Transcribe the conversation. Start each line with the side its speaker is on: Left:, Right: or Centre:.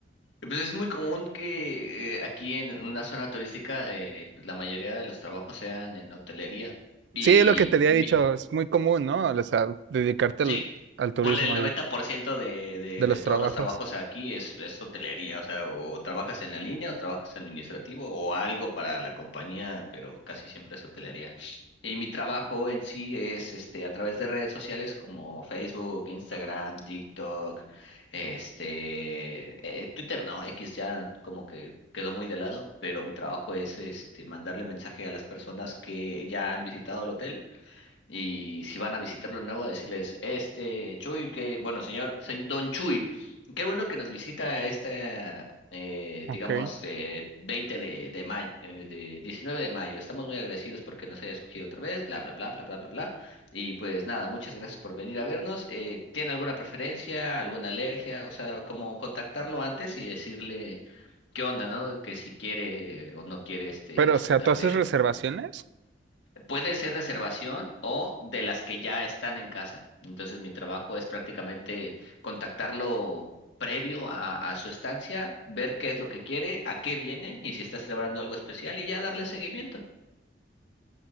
Left: eh, pues es muy común que eh, aquí en una zona turística eh, pues la mayoría de los trabajos sean en la hotelería. Y
Right: Sí, es lo que te había
Left: mi,
Right: dicho, es muy común, ¿no? O sea, dedicarte al,
Left: Sí,
Right: al turismo
Left: ponle el
Right: ahí,
Left: 90% de, de,
Right: de los
Left: de todos
Right: trabajos.
Left: los trabajos aquí es, es hotelería, o sea, o trabajas en la línea o trabajas administrativo o algo para la compañía, pero casi siempre es hotelería. Y mi trabajo en sí es este a través de redes sociales como Facebook, Instagram, TikTok, este eh, Twitter no, X ya como que quedó muy de lado, pero mi trabajo es este mandarle mensaje a las personas que ya han visitado el hotel y si van a visitarlo de nuevo, decirles, este Chuy, que, bueno, señor, se- don Chuy, qué bueno que nos visita este, eh,
Right: Ok.
Left: digamos, eh, 20 de, de mayo, de 19 de mayo. Estamos muy agradecidos porque nos haya escogido otra vez, bla, bla, bla, bla, bla, bla, bla. Y pues nada, muchas gracias por venir a vernos. Eh, ¿tiene alguna preferencia, alguna alergia? O sea, como contactarlo antes y decirle qué onda, ¿no? Que si quiere o no quiere este,
Right: Pero,
Left: disfrutar
Right: o sea, ¿tú haces reservaciones?
Left: Puede ser reservación o de las que ya están en casa. Entonces mi trabajo es prácticamente contactarlo previo a, a su estancia, ver qué es lo que quiere, a qué viene y si está celebrando algo especial y ya darle seguimiento.